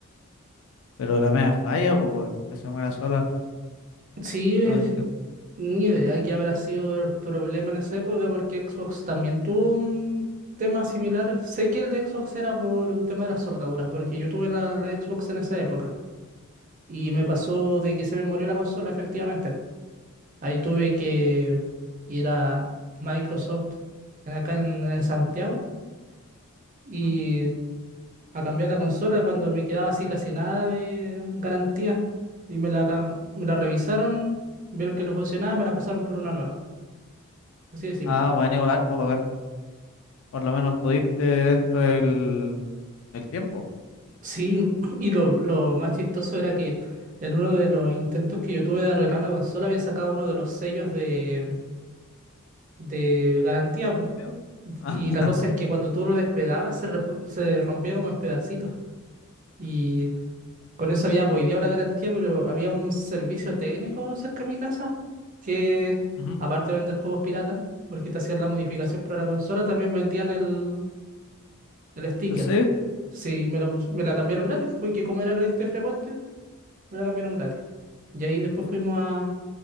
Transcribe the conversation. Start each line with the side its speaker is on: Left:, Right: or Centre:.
Left: Pero la mea falla, pues, weón, que se muera sola
Right: Sí, es-
Left: la cuestión.
Right: ni idea que habrá sido el problema en esa época porque Xbox también tuvo un tema similar. Sé que el de Xbox era por un tema de las soldaduras, porque yo tuve la, la Xbox en esa época y me pasó de que se me murió la consola efectivamente. Ahí tuve que ir a Microsoft en- acá en, en Santiago y
Left: Ujú.
Right: a cambiar la consola cuando me quedaba así casi nada de garantía. Y me la, cam- me la revisaron, vieron que no funcionaba, me la pasaron por una nueva. Así de simple.
Left: Ah, bueno, igual, pues, bacán. Por lo menos pudiste dentro del, del tiempo.
Right: Sí, <clears throat> y lo, lo más chistoso era que en uno de los intentos que yo tuve de arreglar la consola había sacado uno de los sellos de, de garantía. pues.
Left: ¿Ya? Ah,
Right: Y
Left: <laughs>
Right: la cosa es que cuando tú lo despegabas se, resp- se rompía como en pedacitos. Y Con eso había voideado la garantía, pero había un servicio técnico cerca de mi casa que,
Left: ujú.
Right: aparte de vender juegos pirata, porque te hacían la modificación para la consola, también vendían el, el sticker.
Left: ¿En serio?
Right: Sí, me la, pus- me la cambiaron gratis, porque como era cliente frecuente, me la cambiaron gratis. Y ahí después fuimos a,